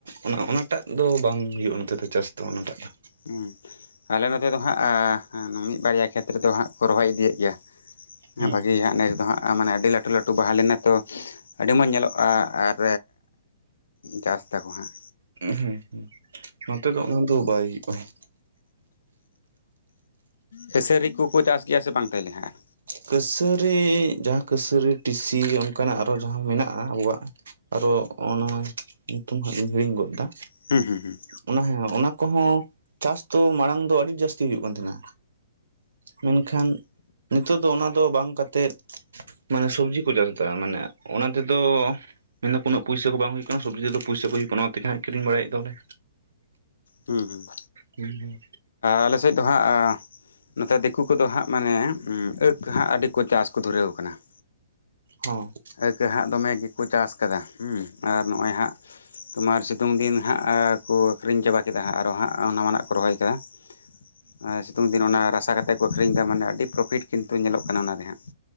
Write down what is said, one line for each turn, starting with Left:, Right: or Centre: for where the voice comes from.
Right: ᱚᱱᱟ ᱚᱱᱟᱴᱟᱜ ᱫᱚ ᱵᱟᱝ ᱦᱩᱭᱩᱜᱼᱟ ᱱᱚᱛᱮ ᱫᱚ ᱪᱟᱥ ᱫᱚ ᱚᱱᱟᱴᱟᱜ ᱫᱚ
Left: ᱦᱩᱸ ᱟᱞᱮ ᱱᱚᱛᱮ ᱫᱚ ᱦᱟᱸᱜ ᱢᱤᱫ ᱵᱟᱨᱭᱟ ᱠᱷᱮᱛ ᱨᱮ ᱫᱚ ᱦᱟᱸᱜ ᱠᱚ ᱨᱚᱦᱚᱭ ᱤᱫᱤᱭᱮᱫ ᱜᱮᱭᱟ ᱦᱮ
Right: ᱦᱩᱸ
Left: ᱵᱷᱟᱜᱮ ᱦᱟᱸᱜ ᱱᱮᱥ ᱫᱚ ᱦᱟᱸᱜ ᱢᱟᱱᱮ ᱟᱹᱰᱤ ᱞᱟᱹᱴᱩ ᱞᱟᱹᱴᱩ ᱵᱟᱦᱟ ᱞᱮᱱᱟ ᱛᱚ ᱟᱹᱰᱤ ᱢᱚᱡᱽ ᱧᱮᱞᱚᱜᱼᱟ ᱟᱨ ᱪᱟᱥ ᱫᱟᱠᱚ ᱦᱟᱸᱜ
Right: ᱦᱩᱸ ᱦᱩᱸ ᱱᱚᱛᱮ ᱫᱚ ᱩᱱᱟ ᱫᱚ ᱵᱟᱭ ᱦᱩᱭᱩᱜᱼᱟ
Left: ᱠᱷᱮᱥᱟᱹᱨᱤ ᱠᱚᱠᱚ ᱪᱟᱥ ᱜᱮᱭᱟ ᱥᱮ ᱵᱟᱝ ᱛᱟᱦᱞᱮ ᱦᱟᱸᱜ
Right: ᱠᱟᱹᱥᱟᱹᱨᱤ ᱡᱟᱦᱟᱸ ᱠᱟᱹᱥᱟᱹᱨᱤ ᱴᱤᱥᱤ ᱚᱱᱠᱟᱱᱟᱜ ᱟᱨᱚ ᱡᱟᱦᱟᱸ ᱢᱮᱱᱟᱜᱼᱟ ᱟᱵᱚᱣᱟᱜ ᱟᱨᱚ ᱚᱱᱟ ᱧᱩᱛᱩᱢ ᱦᱟᱸᱜ ᱤᱧ ᱦᱤᱲᱤᱧ ᱜᱚᱫ ᱮᱫᱟ
Left: ᱦᱩᱸ ᱦᱩᱸ ᱦᱩᱸ
Right: ᱚᱱᱟ ᱦᱚᱸ ᱚᱱᱟ ᱠᱚᱦᱚᱸ ᱪᱟᱥ ᱫᱚ ᱢᱟᱲᱟᱝ ᱫᱚ ᱟᱹᱰᱤ ᱡᱟᱹᱥᱛᱤ ᱦᱩᱭᱩᱜ ᱠᱟᱱ ᱛᱟᱦᱮᱸᱱᱟ ᱢᱮᱱᱠᱷᱟᱱ ᱱᱤᱛᱚᱜ ᱫᱚ ᱚᱱᱟ ᱫᱚ ᱵᱟᱝ ᱠᱟᱛᱮᱫ ᱢᱟᱱᱮ ᱥᱚᱵᱽᱡᱤ ᱠᱚ ᱪᱟᱥ ᱫᱟ ᱢᱟᱱᱮ ᱚᱱᱟ ᱛᱮᱫᱚ ᱢᱮᱱ ᱫᱟᱠᱚ ᱩᱱᱟᱹᱜ ᱯᱩᱭᱥᱟᱹ ᱠᱚ ᱵᱟᱝ ᱦᱩᱭᱩᱜ ᱠᱟᱱᱟ ᱥᱚᱵᱽᱡᱤ ᱛᱮ ᱫᱚ ᱯᱚᱭᱥᱟᱹ ᱠᱚ ᱦᱩᱭᱩᱜ ᱠᱟᱱᱟ, ᱚᱱᱟ ᱛᱮᱜᱮ ᱦᱟᱸᱜ ᱠᱤᱨᱤᱧ ᱵᱟᱲᱟᱭᱮᱫ ᱫᱚᱞᱮ
Left: ᱦᱩᱸ ᱦᱩᱸ
Right: ᱦᱩᱸ ᱦᱩᱸ
Left: ᱟᱞᱮᱥ ᱮᱫ ᱫᱚ ᱦᱟᱸᱜ ᱱᱚᱛᱮ ᱫᱤᱠᱩᱼᱼ ᱩᱱᱠᱩ ᱫᱚ ᱦᱟᱸᱜ ᱢᱟᱱᱮ ᱟᱹᱠᱽ ᱦᱟᱸᱜ ᱟᱹᱰᱤ ᱠᱚ ᱪᱟᱥ ᱠᱚ ᱫᱷᱩᱨᱟᱹᱣ ᱟᱠᱟᱱᱟ ᱾
Right: ᱦᱚᱸ
Left: ᱟᱹᱠᱽ ᱦᱟᱸᱜ ᱫᱚᱢᱮ ᱜᱮᱠᱚ ᱪᱟᱥ ᱟᱠᱟᱫᱟ ᱦᱩᱸ ᱟᱨ ᱱᱚᱜᱼᱚᱭ ᱦᱟᱸᱜᱼᱼ ᱛᱩᱢᱟᱨ ᱥᱤᱛᱩᱝ ᱫᱤᱱ ᱦᱟᱸᱜ ᱠᱩ ᱟᱹᱷᱨᱤᱧ ᱪᱟᱵᱟᱜᱼᱼ ᱠᱮᱫᱟ ᱟᱨᱚ ᱦᱟᱸᱜ ᱱᱟᱣᱟ ᱱᱟᱜ ᱠᱚ ᱨᱚᱦᱚᱭ ᱠᱮᱫᱟ ᱾ ᱥᱤᱛᱩᱝ ᱫᱤᱱ ᱚᱱᱟ ᱨᱟᱥᱟ ᱠᱟᱛᱮᱫ ᱠᱚ ᱟᱹᱠᱷᱨᱤᱧ ᱮᱫᱟ ᱢᱟᱱᱮ ᱟᱹᱰᱤ ᱯᱨᱚᱯᱷᱤᱴ ᱠᱤᱱᱛᱩ ᱧᱮᱞᱚᱜ ᱠᱟᱱᱟ ᱚᱱᱟ ᱨᱮ ᱦᱟᱸᱜ ᱾